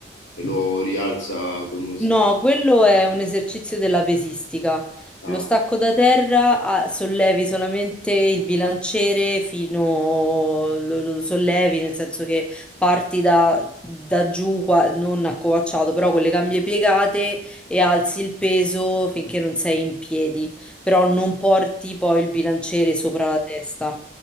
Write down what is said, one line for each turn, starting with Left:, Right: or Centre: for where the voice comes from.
Left: e lo rialza con uno stacco.
Centre: No, quello è un esercizio della pesistica.
Left: Ah,
Centre: Lo stacco da terra ah, sollevi solamente il bilanciere fino, lo, lo sollevi nel senso che parti da, da giù, qua- non accovacciato, però con le cambie piegate e alzi il peso finché non sei in piedi, però non porti poi il bilanciere sopra la testa.